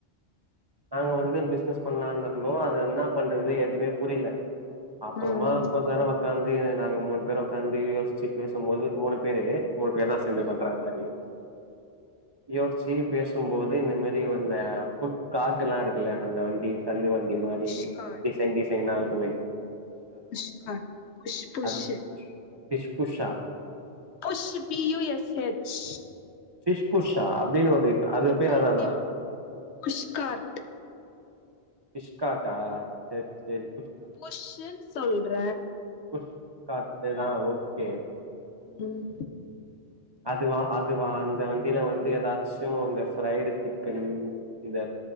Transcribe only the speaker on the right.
நாங்க வந்து பிஸ்னஸ் பண்ணலாங்குறதோ அது என்ன பண்றது எதுமே புரில அப்புறமா
கொஞ்ச நேரோ உக்காந்து திவ்யா நாங்க மூணு பேரு உக்காந்து யோச்சு பேசும் போது மூணு பேரு மூணு பேர்தா சேந்து
பண்ற மாரி யோச்சு பேஸ் க்கும் போது இந்த மாரி வந்த புக்கான்டு எல்லா இருக்குல்ல அந்த வண்டி கல்லு வண்டி மாரி
டிசைன் டிஸ் செயினா இருக்குமே
அது ஃபிஷ் புஷ்ஷா
ஷ்பூஷா அப்டின் ஒரு இது அது பேர்
அதா அதா
பிஷ்காட்டா சேர் சேரி
புஷ்காட் இதா ஒர் ஓகே
அதுவா அதுவா அது இந்த வண்டில வந்து ஏதாச்சு இந்த ஃப்ரைடு சிக்கன் இந்த